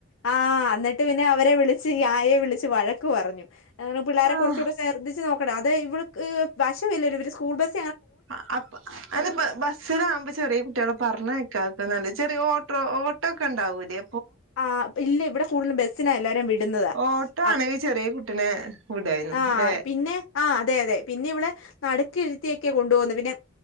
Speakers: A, on the left; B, on the right.
A: ആഹ് അന്നെട്ട് പിന്നെ അവരെ വിളി ച്ചി ആയെ വിളിച്ച് വഴക്ക് പറഞ്ഞു അങ്ങനെ പിള്ളേരെ
B: ആഹ്
A: കുറച്ചുകൂടെ ശ്രദ്ധിച്ച് നോ ടാ അതെ ഇവിൾക്ക് വശവില്ല ഇവര് സ്കൂൾ ബസ്
B: അ അപ്പ് അത്പ്പ്‌ ബസ്സിലാമ്പോ ചെറിയ കുട്ടികളെ പറഞ്ഞ <unintelligible> നല്ല ചെറിയ ഓട്ടോ ഓട്ടോ ഒക്കെണ്ടാവൂലേ
A: ആ ഇല്ല ഇവിടെ കൂടുതല ബസ്സിനാ എല്ലാരും വി ടുന്നതാ
B: ഓട്ടോ ആണെങ്കിൽ
A: അപ്പ്
B: ചെറിയ കുട്ടിനെ വിടായിരുന്നു
A: ആ
B: ല്ലേ
A: പിന്നെ ആ അതെതെ പിന്നെ ഇവളെ നടുക്കിരുത്തിയൊക്കെ കൊണ്ടു പോകുന്നേ പിന്നെ